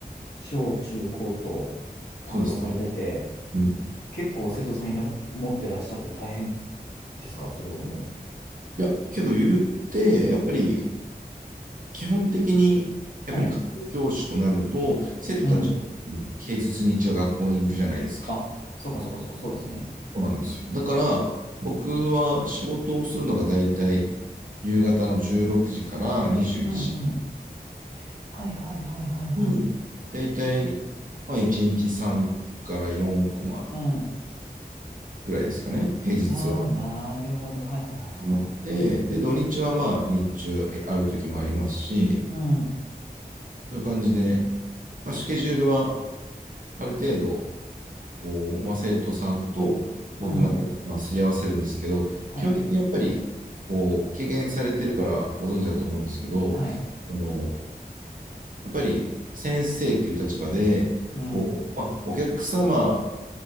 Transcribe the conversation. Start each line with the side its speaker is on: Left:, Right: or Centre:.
Left: 小中高と担当されてて、
Right: そうですね。うん。
Left: 結構生徒さんいら、持ってらっしゃって大変ですかそれをも
Right: いや、けど言って、やっぱり基本的に、やっぱり家庭教師となると、
Left: う。はい。
Right: 生徒たちは
Left: うん。
Right: 平日に一応学校に行くじゃないですか。
Left: あ、そうかそうかそうか、そうですね。
Right: そうなんですよ。だから、僕は仕事をするのが大体夕方の16時から21時
Left: うんうん。はいはいはいはいはい。
Right: に、大体、まあ1日3から4コマ
Left: うん。
Right: ぐらいですかね。平日は
Left: ああ、なるほど。はいはいはいはいはい。
Right: あって、で、土日はまあ日中ある時もありますし、
Left: うん。
Right: そういう感じで、まあ、スケジュールはある程度こう、まあ、生徒さんと僕のまあ、
Left: うん。
Right: すり合わせるんですけど、
Left: はいはい。
Right: 基本的にやっぱり、こう、経験されてるからご存知だと思うんですけど、
Left: はい。
Right: あの、やっぱり先生っていう立場で、
Left: うん。
Right: こう、まあ、お客様